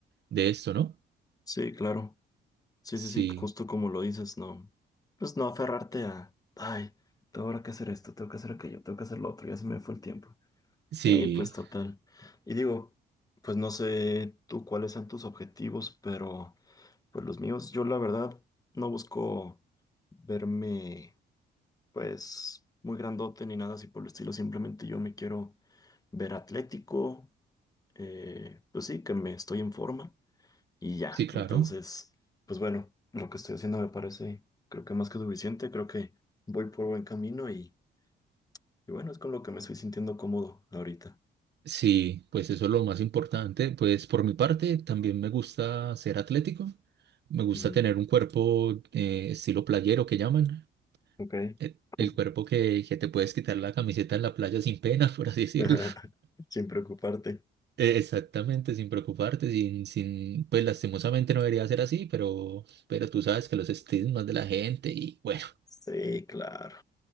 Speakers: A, on the right; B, on the left.
A: de esto, ¿no?
B: Sí, claro. Sí,
A: Sí,
B: sí, sí, justo como lo dices, no. Pues no aferrarte a, ay, tengo ahora que hacer esto, tengo que hacer aquello, tengo que hacer lo otro, ya se me fue el tiempo.
A: sí,
B: Sí, pues total. Y digo, pues no sé tú cuáles sean tus objetivos, pero pues los míos, yo la verdad no busco verme pues muy grandote ni nada así por el estilo, simplemente yo me quiero ver atlético, eh, pues sí, que me estoy en forma y ya.
A: sí, claro.
B: Entonces, pues bueno, lo que estoy haciendo me parece, creo que más que suficiente, creo que voy por buen camino y, y bueno, es con lo que me estoy sintiendo cómodo ahorita.
A: Sí, pues eso es lo más importante. Pues por mi parte, también me gusta ser atlético, me gusta
B: Ujú,
A: tener un cuerpo eh, estilo playero que llaman,
B: Ok.
A: el, el
B: <laughs>
A: cuerpo que, que te puedes quitar la camiseta en la playa sin pena, <laughs> por así decirlo.
B: <laughs> Sin preocuparte.
A: Eh, Exactamente, sin preocuparte, sin, sin, pues lastimosamente no debería ser así, pero, pero tú sabes que los estigmas de la gente y bueno,
B: Sí, claro.